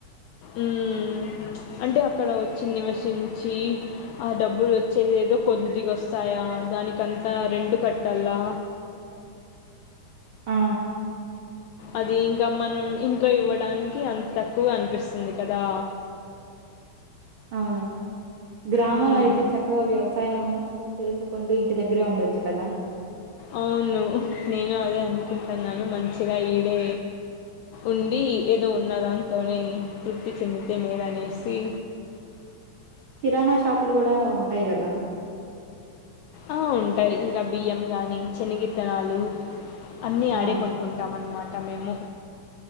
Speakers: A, on the left; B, on the right.
A: ఉమ్. అంటే అక్కడ వచ్చి నివసించి ఆ డబ్బులు వచ్చేది ఏదో కొద్దిగా వస్తాయా దానికి అంతా రెంట్ కట్టాలా
B: ఆ
A: అది ఇంకా మనం ఇంట్లో ఇవ్వడానికి అంత తక్కువ అనిపిస్తుంది కదా
B: అవును గ్రామంలో
A: హ్మ్.
B: అయితే చక్కగా వ్యవసాయం చేసుకుంటూ ఇంటి దగ్గరే ఉండొచ్చు కదా
A: అవును నేను అదే అనుకుంటున్నాను మంచిగా ఈడే ఉండి ఏదో ఉన్న దానింతోనే తృప్తి చెందితే మేలు అనేసి
B: కిరాణాషాప్ అప్పులు గూడా ఉంటాయి గదా
A: ఆ ఉంటాయి ఇంకా బియ్యం గాని చేనిగిత్తనాలు అన్నీ
B: ఆ!
A: ఆడే కొనుకుంటాం అన్మాట తమేము